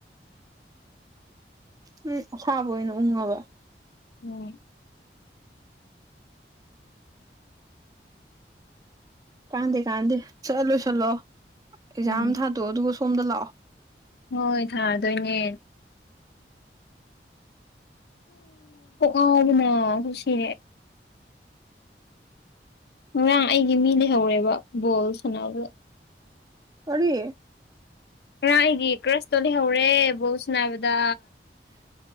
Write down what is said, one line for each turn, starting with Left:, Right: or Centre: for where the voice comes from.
Right: ꯎꯝ ꯑꯁꯥꯕ ꯑꯣꯏꯅ ꯎꯪꯉꯕ
Left: ꯎꯝ
Right: ꯀꯥꯟꯅꯗꯦ ꯀꯥꯟꯅꯗꯦ ꯆꯠꯂꯨꯁꯤꯠꯂꯣ ꯑꯦꯛꯖꯥꯝ
Left: ꯎꯝ
Right: ꯊꯥꯗꯣꯛꯑꯣ ꯑꯗꯨꯒ ꯁꯣꯝꯗ ꯂꯥꯛꯑꯣ
Left: ꯍꯣꯏ ꯊꯥꯗꯣꯏꯅꯦ ꯑ ꯑꯗꯨꯅ ꯁꯨꯁꯤ ꯉꯔꯥꯡ ꯑꯩꯒꯤ ꯃꯤ ꯂꯩꯍꯧꯔꯦꯕ ꯕꯣꯜ ꯁꯅꯥꯗ
Right: ꯀꯔꯤ
Left: ꯉꯥꯏꯒꯤ ꯀ꯭ꯔꯁꯇꯣ ꯂꯩꯍꯧꯔꯦ ꯕꯧ ꯁꯅꯥ ꯍꯥꯏꯕꯗ